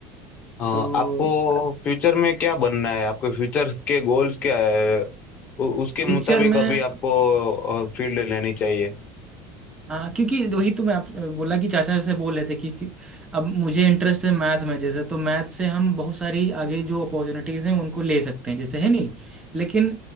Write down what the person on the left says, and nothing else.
अ,
आपको फ्यूचर में क्या बनना है आपके फ्यूचर के गोल्स क्या है उ, उसके
मुताबिक
अभी आपको फील्ड लेनी चाहिए